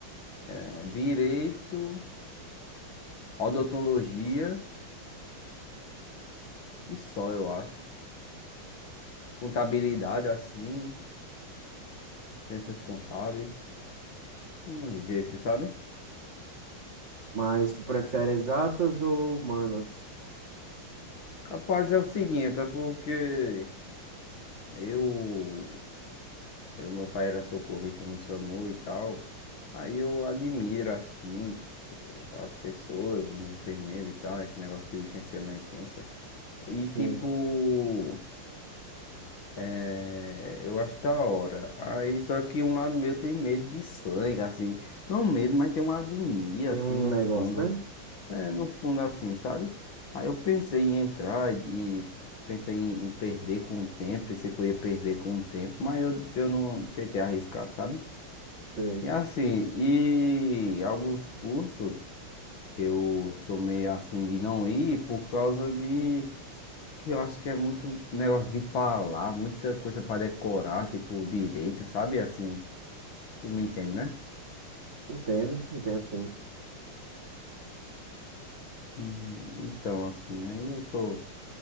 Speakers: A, on the left; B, on the right.
A: eh, direito, odontologia e só, eu acho. Contabilidade, assim, ciências contábeis, uns desses, sabe?
B: Mas tu prefere exatas ou humanas?
A: Rapaz, é o seguinte, é porque eu Eu, meu pai era socorrista no SAMU e tal. Aí eu admiro, assim, as pessoas, os enfermeiros e tal, esse negócio de urgência e emergência. E,
B: Sim,
A: tipo, é, eu acho da hora. Aí, só que um lado meu tem medo de sangue, assim. Não medo, mas tem uma agonia,
B: tem
A: assim,
B: um
A: no
B: negócio,
A: fundo.
B: né?
A: É, no fundo, assim, sabe? Aí eu pensei em entrar e e pensei em, em perder com o tempo. Pensei que eu ia perder com o tempo, mas eu, eu não tentei arriscar, sabe?
B: Sei.
A: E assim, e alguns cursos eu sou meio assim de não ir por causa de que eu acho que é muito negócio de falar, muita coisa para decorar, tipo direito, sabe? Assim, tu me entende, né?
B: Entendo, entendo sim.
A: Hum, Então, assim, aí eu sou.